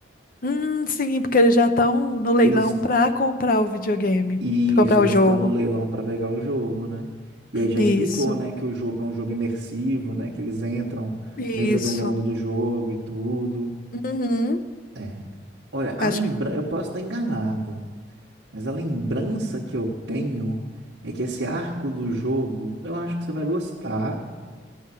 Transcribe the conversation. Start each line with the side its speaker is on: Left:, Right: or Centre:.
Left: Hum, sim, porque eles já estão no leilão
Right: Eles.
Left: pra comprar o videogame,
Right: Isso,
Left: pra comprar
Right: eles
Left: o jogo.
Right: estão no leilão para pegar o jogo, né? E aí já
Left: Isso,
Right: explicou, né, que o jogo é um jogo imersivo, né? Que eles entram
Left: isso.
Right: dentro do mundo do jogo e tudo.
Left: Uhum,
Right: É. Olha, a
Left: acho
Right: lembra...
Left: que.
Right: eu posso estar enganado, mas a lembrança que eu tenho é que esse arco do jogo, eu acho que você vai gostar.